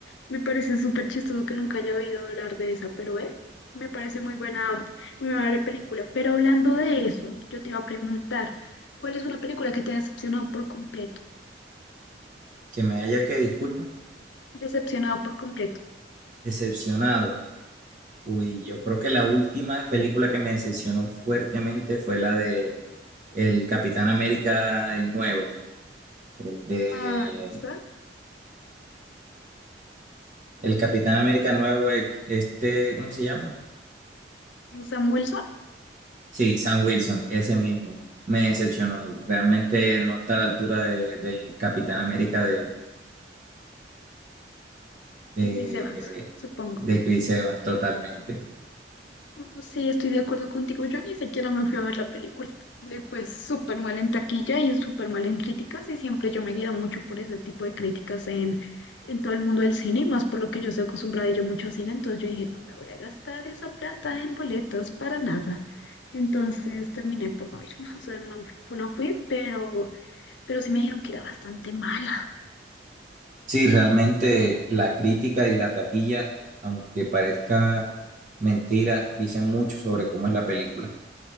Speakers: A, on the left; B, on the right.
A: me parece súper chistoso que nunca haya oído hablar de esa, pero eh, me parece muy buena, muy buena película. Pero hablando de eso, yo te iba a preguntar, ¿cuál es una película que te ha decepcionado por completo?
B: Que me haya que disculpa,
A: Decepcionado por completo.
B: decepcionado. Uy, yo creo que la última película que me decepcionó fuertemente fue la de El Capitán América, el nuevo, el de
A: Ah, ¿esa?
B: El Capitán América nuevo, eh, este, ¿cómo se llama?
A: Sam Wilson
B: Sí, Sam Wilson, ese mismo. Me decepcionó. Realmente no está a la altura de- del Capitán América de, de,
A: de Chris Evans, supongo.
B: de Chris Evans totalmente.
A: No, sí, estoy de acuerdo contigo. Yo ni siquiera me fui a ver la película. Le fue súper mal en taquilla y súper mal en críticas y siempre yo me guío mucho por ese tipo de críticas en, en todo el mundo del cine, y más por lo que yo soy acostumbrada a ir mucho al cine, entonces yo dije, no me voy a gastar esa plata en boletas para nada. Entonces terminé por no ir, <laughs> o sea, no, fu- no fui, pero, pero sí me dijeron que era bastante mala.
B: Sí, realmente la crítica y la taquilla, aunque parezca mentira, dicen mucho sobre cómo es la película.